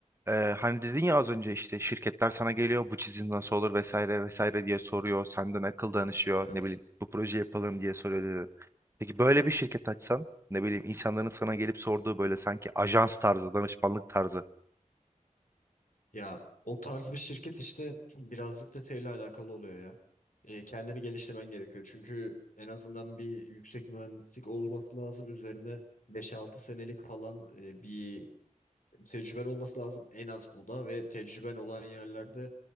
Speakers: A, on the right; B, on the left.
A: Ee, hani dedin ya az önce işte şirketler sana geliyor bu çizim nasıl olur vesaire vesaire diye soruyor. Senden akıl danışıyor
B: Evet.
A: ne bileyim bu proje yapalım diye soruyor dedin. Peki böyle bir şirket açsan ne bileyim insanların sana gelip sorduğu böyle sanki ajans tarzı danışmanlık tarzı.
B: Ya o tarz bir şirket işte <clears throat> birazcık da şeyle alakalı oluyor ya. E, kendini geliştirmen gerekiyor. Çünkü en azından bir yüksek mühendislik olması lazım. Üzerine beş altı senelik falan e, bir tecrüben olması lazım. En az o da ve tecrüben olan yerlerde